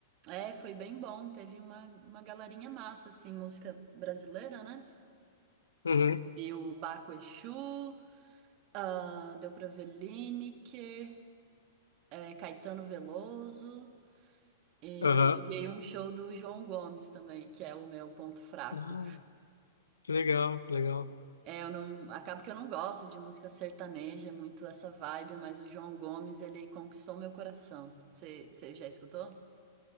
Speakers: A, on the right; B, on the left.
A: é, foi bem bom. Teve uma, uma galerinha massa, assim, música brasileira, né?
B: Uhum,
A: E o Baco Exu, ah, deu pra ver Lineker, é, Caetano Veloso. E
B: aham.
A: peguei um show do João Gomes também, que é o meu ponto fraco.
B: Ah, que legal, que legal.
A: É, eu não, acabo que eu não gosto de música sertaneja, é muito essa vibe, mas o João Gomes, ele conquistou meu coração. Você já escutou?